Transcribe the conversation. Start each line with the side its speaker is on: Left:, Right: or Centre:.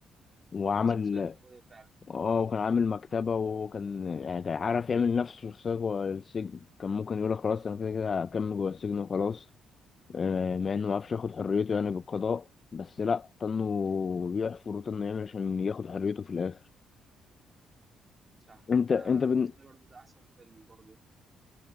Left: وعمل
Right: هو كان شخصيته قويه فعلا
Left: اه وكان عامل مكتبة وكان يعني كان عارف يعمل نفسه شخصية جوه السجن كان ممكن يقول خلاص انا كده كده هكمل جوه السجن وخلاص آه، مع انه ما عرفش ياخد حريته يعني بالقضاء بس لا طنه بيحفر وطنه يعمل عشان ياخد حريته في الاخر
Right: صح
Left: انت
Right: انا
Left: انت بن...
Right: بالنسبه لي برضو ده احسن فيلم برضو